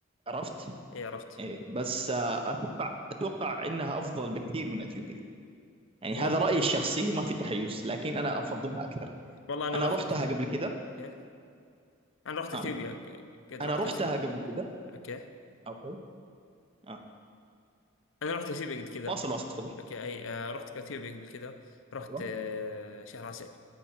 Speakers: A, on the right; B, on the left.
A: عرفت؟
B: اي عرفت
A: إيه بس آه أتوقع أتوقع إنها أفضل بكثير من أثيوبيا يعني
B: والله
A: هذا رأيي الشخصي ما في تحيز لكن أنا أفضلها أكثر
B: والله انا
A: أنا
B: رحت
A: رحتها قبل كده
B: اوكي انا رحت
A: آه
B: اثيوبيا ق- قد
A: أنا
B: رحت
A: رحتها
B: اثيوبيا
A: قبل كده
B: اوكي
A: أوكي آه
B: انا رحت اثيوبيا قبل كذا
A: واصل واصل تفضل
B: اوكي اي آه، رحت اثيوبيا قبل كذا رحت
A: أيوة.
B: آه، شهر عسل